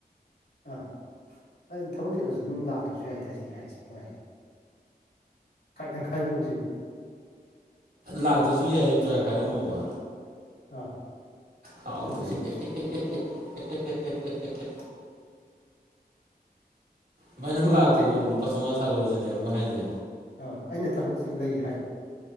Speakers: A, on the left; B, on the right.
A: ꯑꯥ ꯊꯕꯛꯆꯤꯜꯂꯁꯨ ꯑꯗꯨꯝ ꯂꯥꯛꯇ꯭ꯔꯁꯨ ꯌꯥꯏꯗ ꯁꯤꯅꯤ ꯍꯥꯏꯁꯦ ꯃꯣꯏ ꯍꯥꯏꯁꯦ ꯈꯥꯏꯗꯪ ꯈꯥꯏꯔꯝꯃꯨ ꯁꯤꯅꯤ
B: ꯂꯥꯛꯇ꯭ꯔꯥꯁꯨ ꯌꯥꯏꯌꯦ ꯄꯩꯁꯥ ꯈꯥꯏꯔꯝꯃꯣꯕ
A: ꯑꯥ
B: ꯍꯥꯎꯇꯔꯦꯍꯦ
A: ꯊꯕꯛ ꯆꯤꯜꯂꯁꯨ
B: <unintelligible> ꯚꯥꯏ ꯅꯪ ꯂꯥꯛꯀꯅꯣ
A: ꯆꯤꯟꯕ
B: ꯂꯨꯄꯥ ꯆꯧꯉꯥ ꯊꯥꯔꯛꯑꯣ ꯁꯤꯅꯦꯕ ꯃꯣꯏ ꯍꯥꯏꯁꯦ
A: ꯑ ꯑꯩꯅ ꯊꯕꯛꯁꯤ ꯂꯩ ꯍꯥꯏꯕ